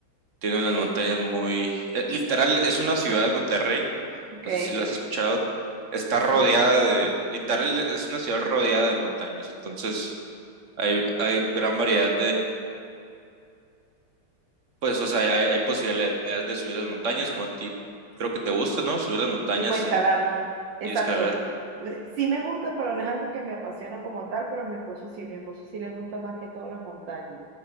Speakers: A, on the right (about 45°); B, on the right (about 65°).
A: tiene unas montañas muy, eh, literal, es una ciudad, Monterrey,
B: Ok,
A: no sé si la has escuchado, está
B: sí.
A: rodeada de, literal, es una ciudad rodeada de montañas, entonces hay, hay gran variedad Pues, o sea, hay, hay posibilidades de subir las montañas, como a ti creo que te gusta, ¿no? Subir las montañas
B: Tipo escalar,
A: y,
B: no. Exacto.
A: y escalar.
B: Eh, Sí me gusta, pero no es algo que me apasiona como tal, pero a mi esposo sí, mi esposo sí le gusta más que todas las montañas.